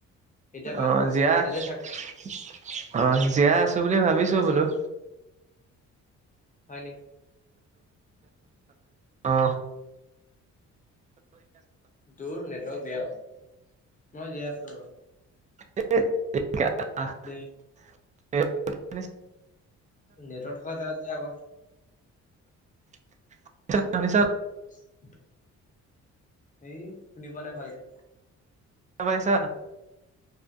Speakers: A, on the left (about 25°); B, on the right (about 25°).
A: এতিয়া পাইছো
B: অ জীয়া অ
A: তাতে থাক
B: জীয়া আ, ছ বুলি ভাবিছো বোলো।
A: হয় নেকি।
B: অ।
A: তোৰ নেটৱৰ্ক বেয়া অ। মই জীয়াই আছো ৰ।
B: <unintelligible>
A: দেই নেটৰ থকা জেগাত যা আকৌ।
B: <unintelligible>
A: <inaudible> এই শুনি পোৱা নাই ভালকে।
B: শুনা পাইছা?